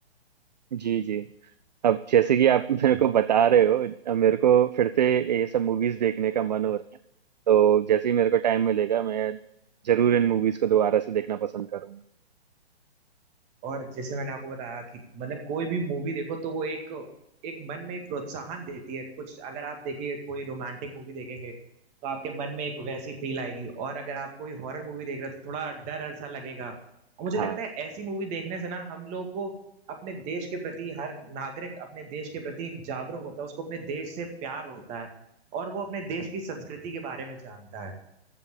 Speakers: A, on the right; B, on the right.
A: जी जी अब जैसे कि आप मेरे
B: हैं
A: को बता रहे हो अब मेरे को फिर से ये सब मूवीज देखने का मन हो रहा है तो जैसे ही मेरे को टाइम मिलेगा मैं जरूर इन मूवीज को दोबारा से देखना पसंद करूंगा
B: और जैसे मैंने आपको बताया कि मतलब कोई भी मूवी देखो तो वो एक एक मन में एक प्रोत्साहन देती है कुछ अगर आप देखिए कोई रोमांटिक मूवी देखेंगे तो आपके मन में एक वैसी फील आएगी और अगर आप कोई हॉरर मूवी देख रहे हो तो थोड़ा डर डर सा लगेगा और मुझे
A: हाँ
B: लगता है ऐसी मूवी देखने से ना हम लोगों को अपने देश के प्रति हर नागरिक अपने देश के प्रति जागरूक होता है उसको अपने देश से प्यार होता है और वो अपने देश की संस्कृति के बारे में जानता है